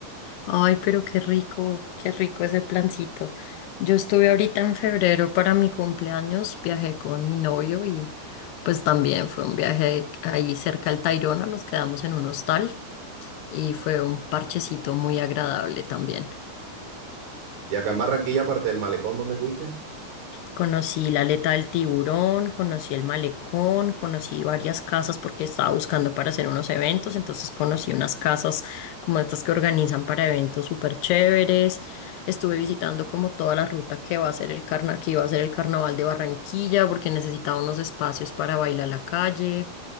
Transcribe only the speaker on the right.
Y acá en Barranquilla, aparte del malecón donde fuiste,